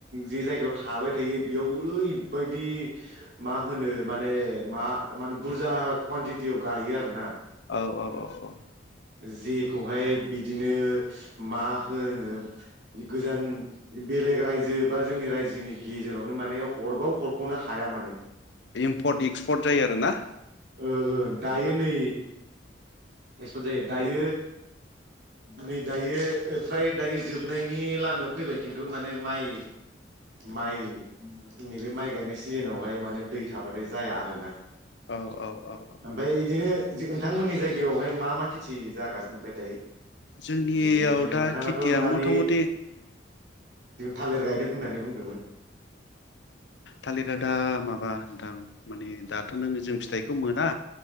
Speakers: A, on the right (about 65°); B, on the left (about 70°).
A: जे जायगायाव थाबाय थायो बेयाव ओरैबायदि मा होनो माने मा माने बुरजा कुवानटिटियाव गायो आरो ना
B: औ औ औ औ
A: जेखौहाय बिदिनो मा होनो जि गोजान बेलेग रायजो बा जोंनि रायजो जोंनि गेजेरावनो माने हरबाव हरख'नो हाया माने
B: <unintelligible> एक्सपर्ट जायो आरो ना?
A: ओ ओ दायो नै एक्सपर्ट जायो दायो नै दायो फ्राय दायो जोबनाय <unintelligible> लामायाव फैबाय खिन्थु माने माइ माइ नैबे माइ गायनाय सिजोनावहाय माने दै थाबाथाय जाया आरोना
B: औ औ औ
A: ओमफ्राय बिदिनो नोंथांमोननि <unintelligible> <unintelligible> मा मा खेथि जागासिनो ओमफाय दायो
B: जोंनियाव
A: <unintelligible> जेनेबा
B: दा
A: नोंथाङाथ'
B: खेथिया
A: दानि
B: मथा मथि
A: थालिर गायदों होननानै बुंदों <unintelligible>
B: थालिरया दा माबा <unintelligible> माने दाथ' जों फिथाइखौ मोना